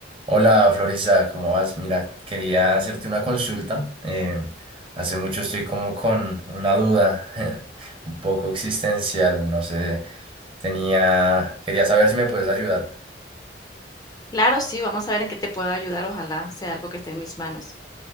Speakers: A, on the right; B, on the left.
A: Hola Florisa, ¿cómo vas? Mira, quería hacerte una consulta. eh, hace mucho estoy como con una duda <laughs> un poco existencial, no sé, tenía, quería saber si me puedes ayudar.
B: Claro, sí, vamos a ver en qué te puedo ayudar, ojalá sea algo que esté en mis manos.